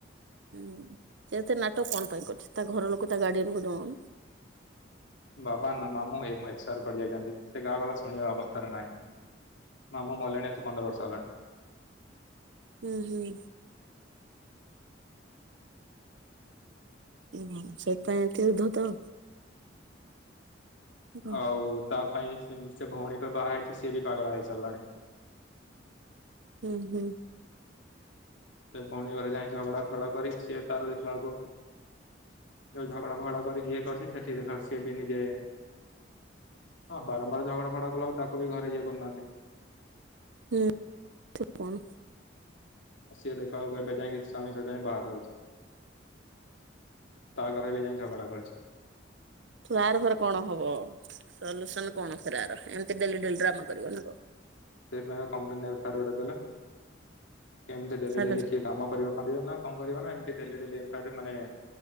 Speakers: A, on the right; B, on the left.
A: ଉଁ ସେ ଏତେ ନାଟକ କଣ ପାଇଁ କରୁଛି ତା ଘରଲୋକ ତା ଗାର୍ଡିଆନକୁ ଜଣଉନ?
B: ବାବା ନା ମାମୁଁ ଏମା ଏକ୍ସପାଡ କରିଯାଇଚନ୍ତି ସେ କାହା କଥା ଶୁଣିବା ଅବସ୍ଥାରେ ନାହିଁ। ମାମୁଁ ମଲେଣି ଆସି ପନ୍ଦର ବର୍ଷ ହେଲାଣି।
A: ଉଁହୁଁ। ଏମା ସେଥିପାଇ ଏତେ ଉଦ୍ଧତ। ହୁଁ
B: ଆଉ ତା ପାଇଁ ସେ ସେ ଭୋଉଣୀ ଏବେ ବାହାହେଇଚି ସିଏ ବି ପାଗଳା ହେଇସାରିଲାଣି।
A: ଉଁହୁଁ।
B: ସେ ଭୋଉଣୀ ଘରେ ଯାଇଁ ଝଗଡା ଫଗଡା କରି ସିଏ ତାର ଦେଖିଲା ବେଳକୁ ଯୋଉ ଝଗଡା ଫଗଡା କରିକି ଇଏ କରିଚି ସେଠି ଦେଖଲାକୂ ସିଏ ବି ନିଜେ ହଁ ବାରମ୍ବାର ଝଗଡା ଫଗଡା କଲା ଆଉ ତାକୁ ବି ଘରେ ଇଏ କରୁନାହାନ୍ତି।
A: ହୁଁ ତ ପଣ
B: ଆଉ ସିଏ ଦେଖିଲାବେଳକୁ ଏବେ ଯାଇଁକି ସ୍ୱାମୀ ସହିତ ଯାଇଁ ବାହାର ରହୁଚି। ତା ଘରେ ବି ଯାଇଁ ଝଗଡା କରିଛି।
A: ଛୁଆର ଫେରେ କଣ ହବ ସଲ୍ୟୁସନ କଣ ଫେରେ ଆର ଏମିତି ଡେଲି ଡେଲି ଡ୍ରାମା କରିବ ନା କଣ?
B: ସେଇଥିପାଇଁ ପା କମ୍ପଲେନ ତାର ଗୋଟେ ଦେଲେ କେମତି ଡେଲି
A: କଣ
B: ଡେଲି କିଏ କାମ କରିବ କରିବନା କଣ କରିବନା ଏମତି ଡେଲିଡେଲି ଏଫେଆର ମାନେ